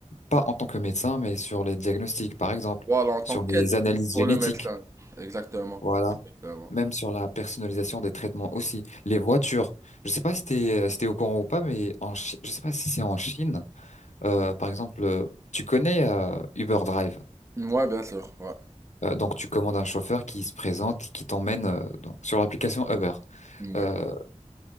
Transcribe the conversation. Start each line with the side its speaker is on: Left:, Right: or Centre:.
Left: pas en tant que médecin, mais sur les diagnostics, par exemple,
Right: Voilà, en tant
Left: sur
Right: qu'aide
Left: les analyses
Right: pour
Left: génétiques,
Right: le médecin. Exactement.
Left: voilà.
Right: Exactement.
Left: Même sur la personnalisation des traitements aussi. Les voitures. Je sais pas si t'es, euh, si t'es au courant ou pas, mais en Chi- je sais pas si c'est en Chine. euh, par exemple, euh, tu connais euh, Uber Drive.
Right: Ouais, bien sûr, ouais.
Left: Euh, donc tu commandes un chauffeur qui se présente, qui t'emmène euh, donc, sur l'application Uber.
Right: Ouais.
Left: Euh,